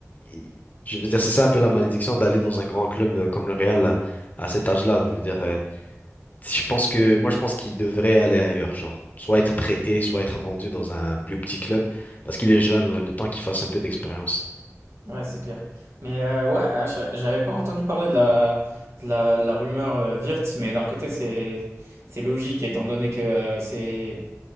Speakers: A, on the left; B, on the right.
A: il- je veux dire, c'est ça un peu la malédiction d'aller dans un grand club euh, comme le Real à, à cet âge-là. Je veux dire, euh, je pense que moi, je pense qu'il devrait aller ailleurs. Genre, soit être prêté, soit être vendu dans un plus petit club parce qu'il est jeune, là, le temps qu'il fasse un peu d'expérience.
B: Ouais, c'est clair. Mais euh, ouais, ah, j'a- j'avais pas entendu parler de la, de la, de la rumeur euh, Wirtz, mais d'un côté, c'est c'est logique, étant donné que euh, c'est